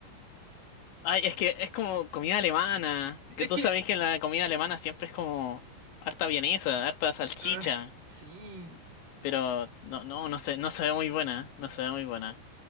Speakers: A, on the left; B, on the right.
A: Ay, es que es como comida alemana.
B: Es
A: Que tú
B: que,
A: sabes que la comida alemana siempre es como harta vienesa, harta salchicha.
B: ah, sí,
A: Pero no, no, no se, no se ve muy buena, no se ve muy buena.